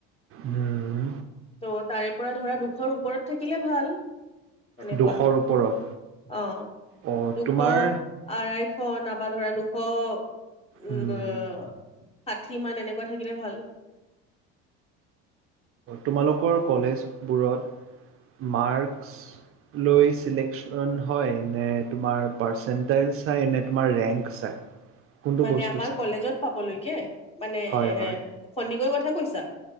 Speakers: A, on the right (about 45°); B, on the left (about 20°).
A: হুম।
B: ত' তাৰে পৰা ধৰা দুখৰ ওপৰত থাকিলে ভাল এনেকুৱা
A: দুশৰ ওপৰত
B: অ।
A: অ'
B: দুশ
A: তোমাৰ
B: আঢ়াইশ? নাবা ধৰা দুশ উ
A: হুম,
B: ষাঠি মান এনেকুৱা থাকিলে ভাল।
A: তোমালোকৰ কলেজবোৰত মাৰ্কছ লৈ চিলেকশ্যন হয়। নে তোমাৰ পাৰ্চেণ্টেজ চাই নে তোমাৰ ৰেংক চাই। কোনটো
B: মানে
A: বস্তু
B: আমাৰ
A: চাই
B: কলেজত পাবলৈকে মানে
A: হয়
B: এ
A: হয়
B: সন্দিকৈৰ কথা। কথা কৈছা?